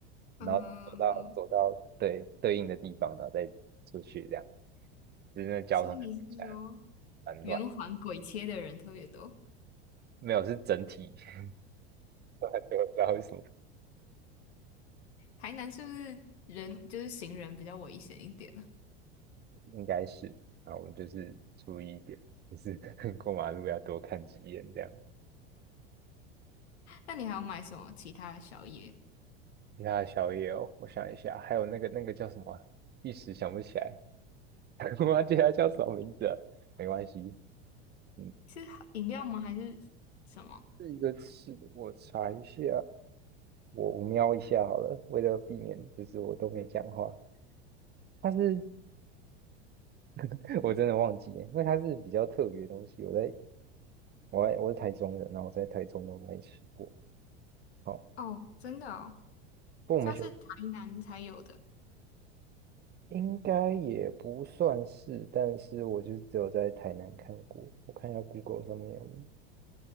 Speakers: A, on the left; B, on the right.
A: 嗯，
B: 然后走到走到对对应的地方，然后再出去这样，就是那交通就看起来
A: 所以你是说
B: 蛮乱，
A: 圆环鬼切的人特别多？
B: 没有是整体，<laughs> 我也不知道为什么，
A: 台南是不是人就是行人比较危险一点呢？
B: 应该是，然后我就是注意一点，就是 <laughs> 过马路要多看几眼这样。
A: 那你还要买什么其他的宵夜？
B: 其他的宵夜哦，我想一下，还有那个那个叫什么啊一时想不起来，<laughs> 我忘记它叫什么名字了，没关系，嗯，
A: 是饮料吗？还是什么？
B: 这个是我查一下，我我瞄一下好了，为了避免就是我都没讲话。它是 <laughs> 我真的忘记了，因为它是比较特别的东西。我在我在我是台中人，然后我在台中都没吃过。好，
A: 哦，真的哦，
B: 不过我们学
A: 它是台南才有的。
B: 应该也不算是，但是我就只有在台南看过。我看一下 Google 上面有没有。